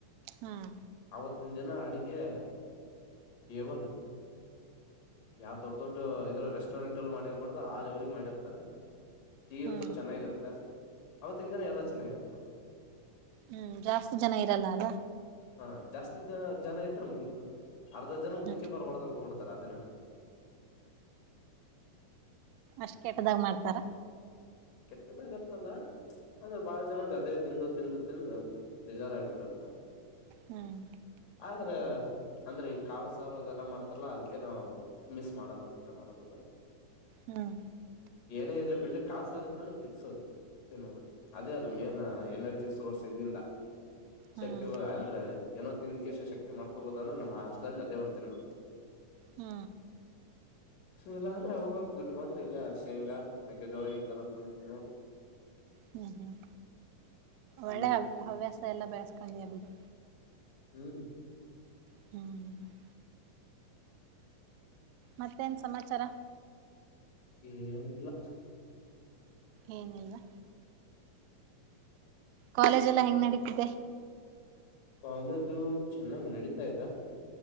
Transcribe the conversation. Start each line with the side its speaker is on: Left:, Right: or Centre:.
Right: ಹ್ಮ್
Left: ಆವತ್ತಿನ ದಿನ ಅಡಿಗೆ ವನ್ ಯಾವ ದೊಡ್ ದೊಡ್ಡ ಇದ್ರ ಎಸ್ಟೋರೆಂಟ್ ಅಲ್ಲಿ ಮಾಡಿರ್ಬಾರ್ದು ಆ ವಲಿಗೆ ಮಾಡಿರ್ತಾರೆ ಟೀ
Right: ಹ್ಮ್
Left: ಅಂತೂ ಚೆನ್ನಾಗಿರುತ್ತೆ ಅವತ್ತಿನ ದಿನ ಎಲ್ಲ ಚೆನ್ನಾಗಿರುತ್ತಾ
Right: ಹ್ಮ್ ಜಾಸ್ತಿ ಜನ ಇರಲ್ಲ ಅಲ್ಲ
Left: ಹಾ ಜಾಸ್ತಿ ಜನ ಇದ್ರೆ ಮುಗೀತು ಅರ್ಧ ಜನ ಊಟಕ್ಕೆ
Right: ಹ್ಮ್
Left: ಬರ್ಬಾರ್ದ ಅನ್ಕೊಂಡ್ ಬಿಿಡ್ತಾರ ಅದಿನ
Right: ಅಷ್ಟ್ ಕೆಟ್ಟದಾಗ ಮಾಡ್ತಾರ
Left: ಕೆಟ್ಟದಾಗತ್ತಲ್ಲ ಅದ್ರೆ ಬಾಳ ಜನ್ ಅದೇ ತಿಂದು ತಿಂದು ತಿಂದು ಬೇಜಾರ್ಾಗಬಿಟಾರ
Right: ಹ್ಮ್
Left: ಆದ್ರ ಅಂದ್ರೆ ಈ ಕಾಳ ಸಾರು ಅದೆಲ್ಲ ಮಾಡ್ತಲ್ಲ ಅದಕ್ಕೆ ನಾವು ಮಿಸ್ ಮಾಡಲ್ಲ ಊಟೆ ಮಾಡದದು
Right: ಹ್ಮ್
Left: ಏನೇ ಇರ್ಲಿ ಬಿಡ್ ಕಾಸ ಅಂದರೆ ಫಿಕ್ಸ್ ಅ ತಿನ್ನೋದು ಅದೇ ಅಲ್ಲ ಮೇನ್ ಎನರ್ಜಿ ಸೋರ್ಸ್ ಎಲ್ಲಿಂದ ಶಕ್ತಿ
Right: ಹ್ಮ್
Left: ಅಂದ್ರೆ ಏನೋ ತಿಂದಕ್ಕೆಷ್ಟ ಶಕ್ತಿ ಮಾಡ್ಕೋಬೋದು ಅಂದ್ರೆ ನಮ್ಮ ಹಾಸ್ಟೆಲ್ ಅದೇ ಒಂದ್ ತಿನ್ಬೇಕು
Right: ಹ್ಮ
Left: ಇಲ್ಲ ಅಂದ್ರೆ ಅವಾಗಾಗ ದುಡ್ಡು ಬಂದ್ರ ಇಲ್ಲ ಶೇಂಗಾ ಮೆಕ್ಕೆಜೋಳ ಈ ತರ <unintelligible>
Right: ಹ್ಮ್ ಹ್ಮ್
Left: ಹ್ಮ್
Right: ಒಳ್ಳೆ ಹವ್ಯಾಸ ಎಲ್ಲ ಬೆಳೆಸ್ಕೊಂಡಿ ಅಮಗೆ
Left: ಹ್ಮ್
Right: ಹ್ಮ್ ಮತ್ತೇನು ಸಮಾಚಾರ
Left: ಏನುಲ್ಲ
Right: ಏನಿಲ್ಲವಾ ಕಾಲೇಜ್ ಎಲ್ಲಾ ಹೆಂಗ್ ನಡೀತಿದೆ
Left: ಕಾಲೇಜು ಚೆನ್ನಾಗಿ ನಡೀತಾ ಇತ